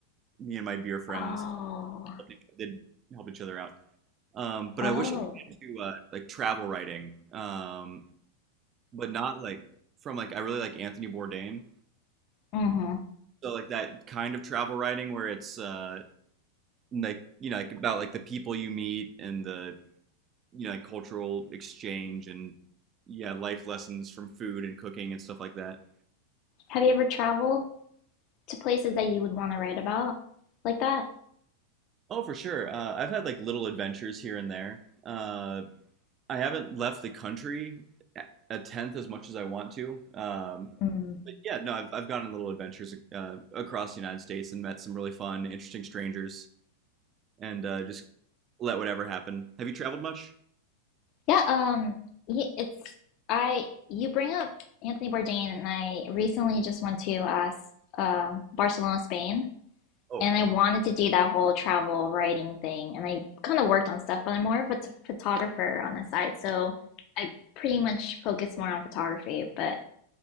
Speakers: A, on the right; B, on the left.
A: me and my beer friends
B: Oh,
A: did help each other out. Um. But
B: oh.
A: I wish I could get to uh, like travel writing. Um. But not like from like I really like Anthony Bourdain.
B: Mm-hmm.
A: So like that kind of travel writing where it's uh like you know like about like the people you meet and the you know like cultural exchange and yeah life lessons from food and cooking and stuff like that.
B: Have you ever traveled to places that you would want to write about like that?
A: Oh, for sure. Uh, I've had like little adventures here and there. Uh, I haven't left the country a a tenth as much as I want to. Um,
B: Mm.
A: but yeah, no, I've I've gone on little adventures uh, across the United States and met some really fun, interesting strangers. and uh, just let whatever happen. Have you traveled much?
B: Yeah, um, y- it's I. You bring up Anthony Bourdain, and I recently just went to uh, s- um Barcelona, Spain,
A: Oh,
B: and I wanted to do that whole travel writing thing, and I kind of worked on stuff, but I'm more of a t- photographer on the side, so I pretty much focus more on photography. But